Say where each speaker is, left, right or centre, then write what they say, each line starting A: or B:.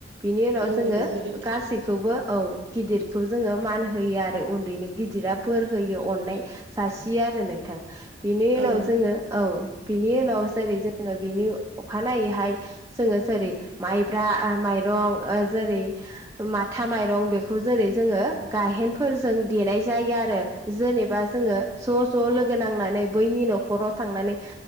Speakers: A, on the right; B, on the right.
A: बिनि उनाव
B: औ
A: जोङो
B: नंगौ नोंथां
A: गासै खौबो औ गिदिरखौ जोङो मान होयो आरो उन्दैनो गिदिरा बोर होयो अननाय जासियो आरो नोंथां बेनि उनाव
B: औ
A: जोङो औ बिनि उनाव जेरै जोङो बिनि अखानायैहाय जोङो जेरै माइब्रा माइरं जेरै माथा माइरं बेखौ जेरै जोङो गायेनफोरजों देनाय जायो आरो जेनेबा जोङो ज' ज' लोगो नांनानै बैनि न'खराव थांनानै